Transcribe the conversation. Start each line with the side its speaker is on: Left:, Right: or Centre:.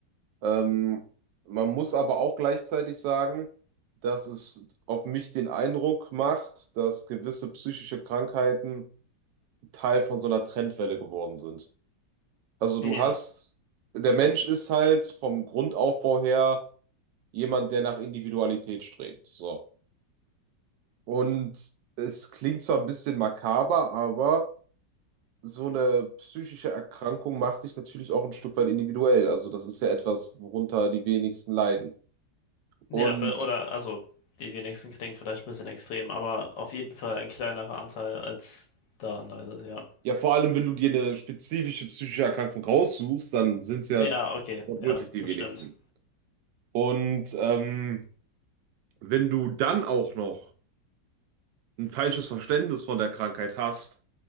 Right: Ähm, man muss aber auch gleichzeitig sagen, dass es auf mich den Eindruck macht, dass gewisse psychische Krankheiten Teil von so einer Trendwelle geworden sind. Also
Left: nee,
Right: du
Left: ja,
Right: hast, der Mensch ist halt vom Grundaufbau her jemand, der nach Individualität strebt. So. Und es klingt zwar ein bisschen makaber, aber so eine psychische Erkrankung macht dich natürlich auch ein Stück weit individuell. Also das ist ja etwas, worunter die wenigsten leiden.
Left: nee,
Right: Und
Left: ja, be- oder also die wenigsten klingt vielleicht ein bisschen extrem, aber auf jeden Fall ein kleinerer Anteil als da leider, ja.
Right: ja, vor allem, wenn du dir eine spezifische psychische Erkrankung raussuchst, dann sind es ja
Left: Ja, okay,
Right: wortwörtlich
Left: ja,
Right: die
Left: das
Right: wenigsten.
Left: stimmt.
Right: Und ähm, Wenn du dann auch noch ein falsches Verständnis von der Krankheit hast